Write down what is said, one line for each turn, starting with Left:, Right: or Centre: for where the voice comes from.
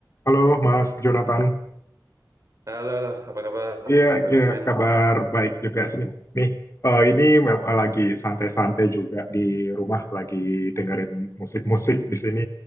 Left: Halo Mas Jonathan.
Right: Halo, halo, apa kabar,
Left: Iya,
Right: Bro
Left: iya,
Right: Juven?
Left: kabar baik juga sih. Nih, eh, ini mem- lagi santai-santai juga di rumah, lagi dengerin musik-musik di sini.